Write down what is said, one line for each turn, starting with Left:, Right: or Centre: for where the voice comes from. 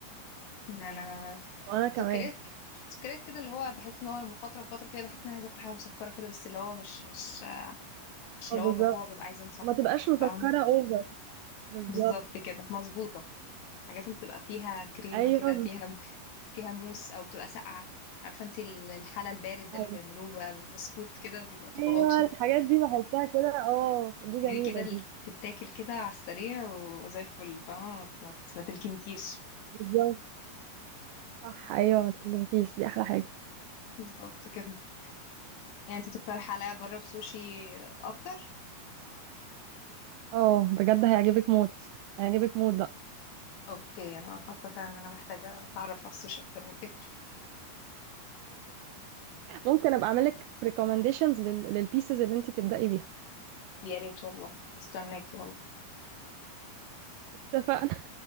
Left: ان انا
Right: وانا كمان
Left: سكريات سكريات كده اللي هو بحس ان هو لما فترة وفترة كده بحس ان انا عايزة اكل حاجة مسكرة كده بس اللي هو مش مش مش اللي
Right: اه بالظبط
Left: هو بجوع ببقى عايزة مسكر
Right: وما تبقاش مسكره
Left: فاهم
Right: اوفر بالظبط
Left: بالظبط كده مظبوطة حاجات اللي بتبقى فيها كريمة
Right: ايوه
Left: كده فيها فيها موس أو بتبقى ساقعة عارفة انتي ال- الحلى البارد ده
Right: ايوه
Left: اللي بيعملوه ب- بسكوت كده بيبقى طبقات
Right: ايوه
Left: في-
Right: الحاجات دي بحسها كده اه دي جميله
Left: دي كده اللي
Right: دي
Left: تتاكل كده على السريع وزي الفل فاهمة ما ما تلكمكيش
Right: بالظبط صح ايوه ما تكلمكيش دي احلى حاجه
Left: بالظبط كده يعني انتي تقترح عليا أجرب سوشي أكتر
Right: اه بجد هيعجبك موت هيعجبك موت بقى
Left: أوكي أنا حاسة فعلا إن أنا محتاجة أتعرف على السوشي أكتر من كده
Right: ممكن ابقى اعمل لك ريكومنديشنز للبيسز اللي انت تبدأي بيها
Left: يا ريت والله هستناكي والله
Right: اتفقنا